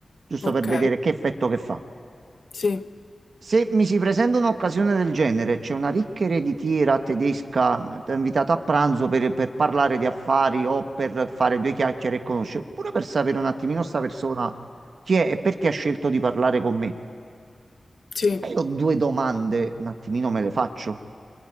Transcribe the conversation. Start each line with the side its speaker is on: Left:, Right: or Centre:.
Right: Giusto
Left: Ok,
Right: per vedere che effetto che fa.
Left: sì,
Right: Se mi si presenta un'occasione del genere, c'è una ricca ereditiera tedesca, mh, ti ha invitato a pranzo per, per parlare di affari o per fare due chiacchiere e conoscere, pure per sapere un attimino sta persona chi è e perché ha scelto di parlare con me.
Left: sì,
Right: Ma io due domande, un attimino me le faccio.